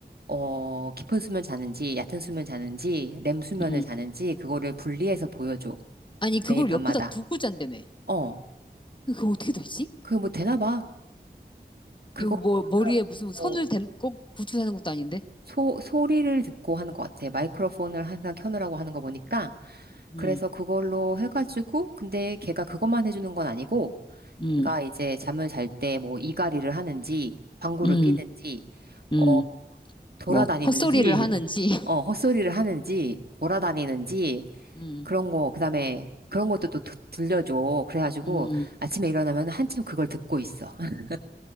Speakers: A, on the right; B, on the left.
A: 어, 깊은 수면 자는지, 얕은 수면 자는지, 렘 수면을
B: 음.
A: 자는지, 그거를 분리해서 보여줘.
B: 아니,
A: 매일
B: 그걸
A: 밤마다.
B: 옆에다 두고 잔다며.
A: 어,
B: 그거 어떻게 되지?
A: 그게 뭐 되나 봐. 그거,
B: 이거 뭐,
A: 그러니까,
B: 머리에 무슨
A: 뭐,
B: 선을 댄, 꼭 붙여 사는 것도 아닌데?
A: 소, 소리를 듣고 하는 것 같아. 마이크로폰을 항상 켜놓으라고 하는 거 보니까. 그래서
B: 음,
A: 그걸로 해가지고, 근데 걔가 그것만 해주는 건 아니고,
B: 음,
A: 걔가 이제 잠을 잘 때 뭐 이갈이를 하는지, 방구를
B: 음,
A: 끼는지,
B: 음.
A: 어, 돌아다니는지,
B: 뭐, 헛소리를
A: <laughs>
B: 하는지. <laughs>
A: 어, 헛소리를 하는지, 돌아다니는지,
B: 음.
A: 그런 거, 그다음에 그런 것도 또 드- 들려줘. 그래가지고
B: 음,
A: 아침에 일어나면 한참 그걸 듣고 있어. <laughs>